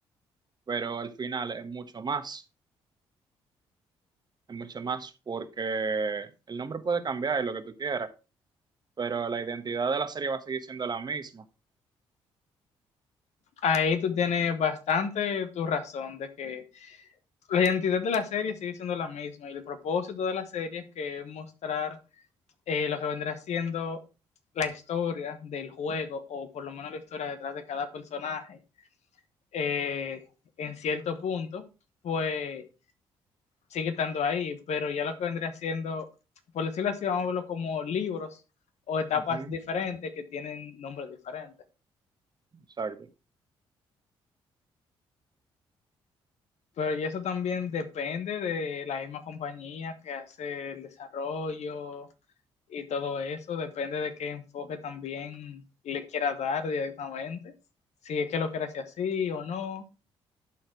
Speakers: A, on the right (about 35°); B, on the left (about 65°).
A: pero al final es mucho más, es mucho más, porque el nombre puede cambiar y lo que tú quieras, pero la identidad de la serie va a seguir siendo la misma.
B: Ahí tú tienes bastante tu razón de que la identidad de la serie sigue siendo la misma y el propósito de la serie es que mostrar eh, lo que vendrá siendo la historia del juego, o por lo menos la historia detrás de cada personaje, eh, en cierto punto, pues sigue estando ahí, pero ya lo que vendría siendo, por decirlo así, vamos a verlo como libros o etapas
A: Ujú,
B: diferentes que tienen nombres diferentes.
A: exacto.
B: Pero y eso también depende de la misma compañía que hace el desarrollo, y todo eso, depende de qué enfoque también le quiera dar directamente, si es que lo quiere hacer así o no,